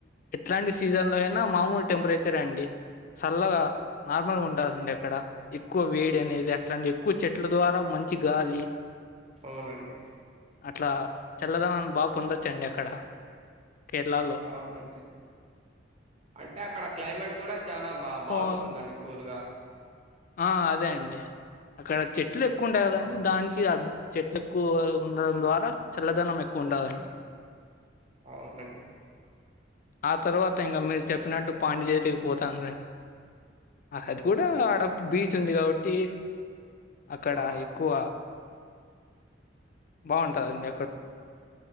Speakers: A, on the left; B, on the right.
A: ఎట్లాంటి సీజన్ లో అయినా మామూలు టెంపరేచర్ అండి చల్లగా నార్మల్ గా ఉంటాదండి అక్కడ ఎక్కువ వేడి అనేది అట్లాంని ఎక్కువ చెట్ల ద్వారా పచ్చి గాలి
B: అవునండి
A: అట్లా చల్లదానిని బాగా పొందొచ్చండి అక్కడ కేరళలో.
B: అవునండి అంటే అక్కడ క్లైమేట్ కూడా చానా బా బాగుంటుందండి
A: ఓహ్!
B: కూల్గా
A: ఆ అదే అండి అక్కడ చెట్లు ఎక్కువుంటాయి కదండి
B: ఆ
A: దానికి అ చెట్లు ఎక్కువ ఉండడం ద్వారా చల్లదనం ఎక్కువ ఉండాదండి
B: అవునండి
A: ఆ తర్వాత ఇంకా మీరు చెప్పినట్టు పాండిచెర్రీ కి పోత అన్నది అది కూడా ఆడ బీచ్ ఉంది కాబట్టి అక్కడ
B: ఆ
A: ఎక్కువ బాగువుంటాదండి అక్కడ